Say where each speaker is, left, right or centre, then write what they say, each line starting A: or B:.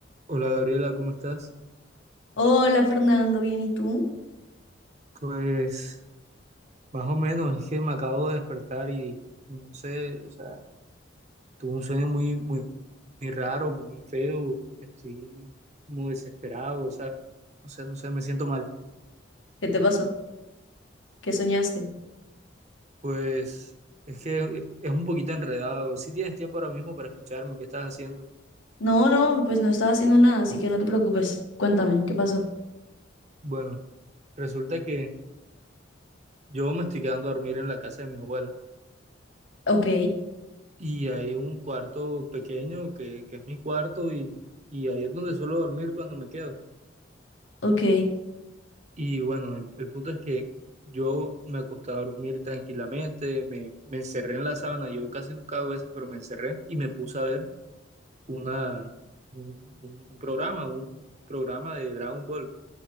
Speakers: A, on the right (about 40°); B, on the left (about 85°).
A: Hola Gabriela, ¿cómo estás?
B: Hola Fernando, bien, ¿y tú?
A: Pues más o menos, es que me acabo de despertar y, y no sé, o sea, tuve un sueño muy, muy, muy raro, muy feo, estoy muy desesperado, o sea, o sea, no sé, me siento mal.
B: ¿Qué te pasó? ¿Qué soñaste?
A: Pues es que es un poquito enredado. Si tienes tiempo ahora mismo para escucharme, ¿qué estás haciendo?
B: No, no, pues no estaba haciendo nada, así que no te preocupes. Cuéntame, ¿qué pasó?
A: Bueno, resulta que yo me estoy quedando a dormir en la casa de mi abuela
B: Ok,
A: y hay un cuarto pequeño que, que es mi cuarto y, y ahí es donde suelo dormir cuando me quedo.
B: ok,
A: Y bueno, el, el punto es que yo me acosté a dormir tranquilamente, me, me encerré en la sábana, yo casi nunca hago eso, pero me encerré y me puse a ver una, un, un- un programa, un programa de Dragon Ball.